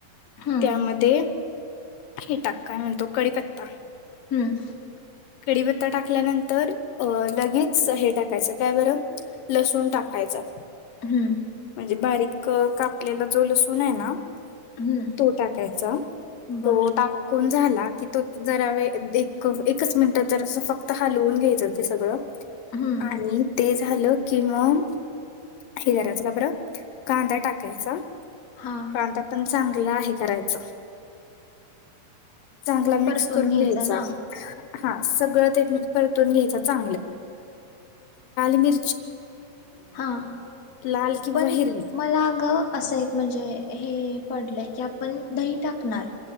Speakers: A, on the left; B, on the left.
A: हम्म
B: त्यामध्ये हे टाक काय म्हणतो कळीपत्ता
A: हम्म
B: कडीीपत्ता टाकल्यानंतर अ लगेच हे टाकायचं काय बरं लसूण टाकायचं
A: हम्म
B: म्हणजे बारीक कापलेला ज सुणे ना
A: हम्म
B: तो टाकायचा
A: बर
B: तो टाकून झाला कि तो जर एकच मिनिटात जर अस फक्त तर हाल होून ग सगळ
A: हम्म
B: आणि ते लो कि मम हग राजच गबर कांदा टाकायचा
A: हा
B: काणता पण सांग तुला हे करायचं चांगला मिक्स
A: परतून
B: करून घ्यायचा
A: ना
B: हा सगळं परून घ्याय चर मि
A: हा
B: लाल किंवा
A: पण
B: हिरवी
A: मला अग असं एक म्हणजे हे पडलंय की आपण दही टाकणार